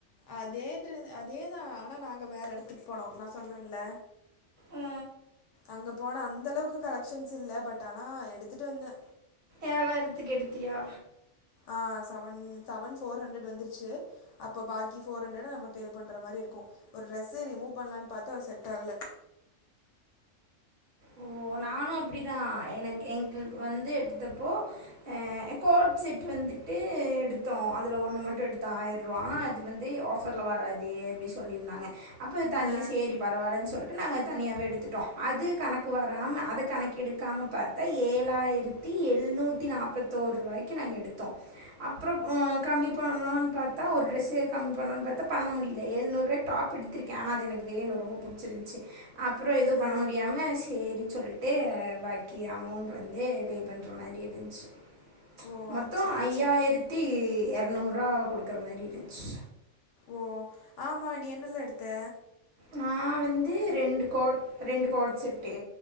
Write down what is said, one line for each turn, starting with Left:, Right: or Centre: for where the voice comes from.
Left: அதே ட்ரு அதேதா ஆனா நாங்க வேற எடத்துக்கு போனோ நா சொன்னன்ல
Right: ஆ
Left: அங்க போனா அந்த அளவுக்கு கலெக்ஷன்ஸ் இல்ல பட் ஆனா எடுத்துட்டு வந்தே
Right: ஏழாயிரத்துக்கெடுத்தியா
Left: ஆ சவன் சவன் ஃபோர் ஹண்ட்ரட் வந்துருச்சு அப்ப பாக்கி ஃபோர் ஹண்ட்ரட நம்ம பே பண்ற மாரி இருக்கும் ஒரு டிரெஸ் ரிமு பண்லான் பாத்தா அது செட் ஆகல
Right: ஓ நானும் அப்புடிதா எனக்கு எங்குள்க்கு வந்து எடுத்தப்போ அ அ கோட் செட் வந்துட்டு எடுத்தோ அதுல ஒன்னு மட்டும் எடுத்தா ஆயிர் ரூவா ஆனா அது வந்து ஆஃபர்ல வராது அப்டி சொல்லிருந்தாங்க அப்போ தனியா
Left: ஆ,
Right: செரி பரவால்லன் சொல் ட்டு நாங்க தனியாவே எடுத்துட்டோம் அது கணக் கு வராம அத கணக் எடுக் க்காம பாத்தா ஏழாயிரத்தி எழுநூத்தி நாப்பத்தோரு ரூவாய்க்கி நாங்க எடுத்தோம் அப்புறோம் ஓ கம்மி பண்லான் பாத் தா ஒரு ட்ரெஸே கம்மி பண்ரோன்னு பாத்தா பண்ண முடியில ஏழுநூறுவாக் டாப் எடுத்திருக்கே ஆனா அது எனக்கு வேணு ரொம்போ புடிச்சிருந்த்ச்சு அப்புறோ எதுவும்
Left: ஆ,
Right: பண்ண முடியாம ஸ் செரின் சொல்லிட்டு பாக்கி அமௌண்ட் வந்து பே பண்ற மாரி இருந்த்ச்சு
Left: ஓ
Right: மொத்தோ
Left: சரி
Right: ஐயாயிரத்தி
Left: சரி
Right: எரநூறுவா குடுக்குற மாரி இருந்த்ச்சி
Left: ஓ ஆமா நீ என்னல்ல எடுத்த
Right: நான் வந்து ரெண்டு கோட் ரெண்டு கோட் செட்டு